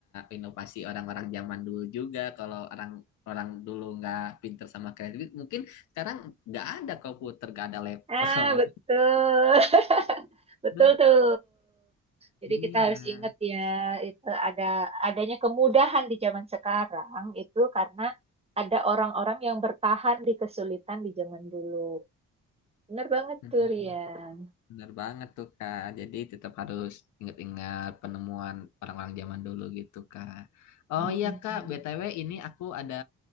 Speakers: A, on the left; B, on the right.
A: inovasi orang-orang zaman dulu juga. Kalau orang orang dulu nggak pinter sama kreatif, mungkin sekarang nggak ada komputer, nggak ada laptop.
B: Ah, betul. <laughs> Betul
A: <laughs>
B: tuh. Jadi
A: Heeh,
B: kita
A: iya.
B: harus ingat ya, itu ada adanya kemudahan di zaman sekarang itu karena ada orang-orang yang bertahan di kesulitan di zaman dulu. Bener banget
A: Hmm.
B: tuh, Rian.
A: Bener banget tuh Kak. Jadi tetap harus ingat-ingat penemuan orang-orang zaman dulu gitu Kak. Oh
B: Mm-mm.
A: iya Kak, BTW ini aku ada